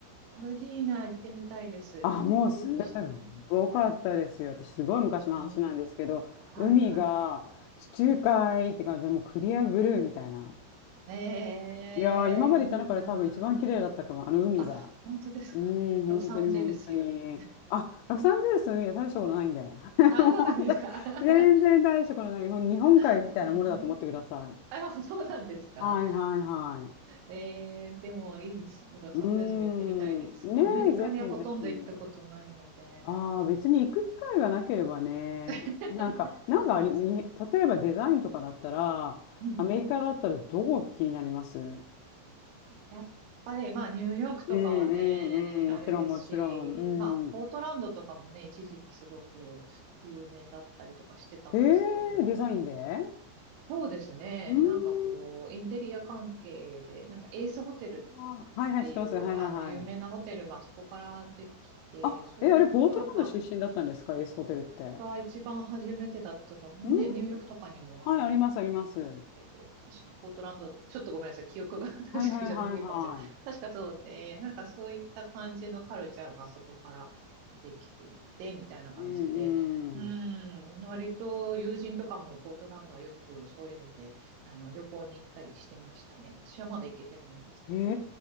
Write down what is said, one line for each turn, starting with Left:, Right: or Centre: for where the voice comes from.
Right: パルディーナ行ってみたいです。
Left: あ、
Right: いどうでした
Left: もうすっごかったですよ。私、すごい昔の話なんですけど、
Right: えー、はいは
Left: 海が地中海って感じで、もうクリアブルーみたいな。
Right: い。えー、
Left: いやー、今まで行った中で多分一番綺麗だったかも、
Right: いいなー。
Left: あの海が。
Right: あ、本当ですかロサンゼルスより。
Left: うーん、本当に本当に。あ、ロサンゼルスの海は大したことないんで。<laughs> も
Right: あ、そうなんですか
Left: う本当に、全然大したことない。日本、日本海みたいなものだと思ってください。
Right: <laughs> えー、あ、そうなんですか
Left: はいはいはい。
Right: えー、でもいいですね。ロサンゼルスも行ってみたいです。
Left: うーん。ねえ、
Right: アメリカにはほとんど行ったことないので。
Left: ぜひぜひ。ああ、別に行く機会がなければね。
Right: <laughs>
Left: なんか、なんかあり、
Right: そうなんですよね。
Left: に、例えばデザインとかだったら、
Right: うんうん。
Left: アメリカだったらどこ気になりますう
Right: やっぱり、まあ、ニューヨークとかはね、
Left: んうんうん、もちろんもちろん。
Right: あれですし、
Left: うん。
Right: まあ、ポートランドとかもね、一時期すごく有名だったりとかしてたんですけど、
Left: ええ、デザインで
Right: そうですね、
Left: うーん。
Right: なんかこう、インテリア関係で、なんかエースホテル
Left: あー、はいはい、
Right: っていう、
Left: 知ってます。はいはいはい。
Right: あの、有名なホテルがあそこからできて、
Left: あ、
Right: そういうところが、
Left: え、あれ、ポートランド出身だったんですかエースホテルって。
Right: が一番初めてだったと思う。
Left: うん、
Right: ね、ニューヨークとかにもあるんで
Left: はい、あります、あります。は
Right: すけど、確かポートランド、ちょっとごめんなさい、記憶が <laughs> 確かじゃないかもしれない。
Left: いはいはいはい。
Right: 確かそうで、なんかそういった感じのカルチャーがそこからできていって、みたいな感じで、
Left: うんう
Right: うん、
Left: ん。
Right: 割と友人とかもポートランドはよくそういうので、あの、旅行に行ったりしてましたね。私はまだ行けてないんですけど。
Left: へ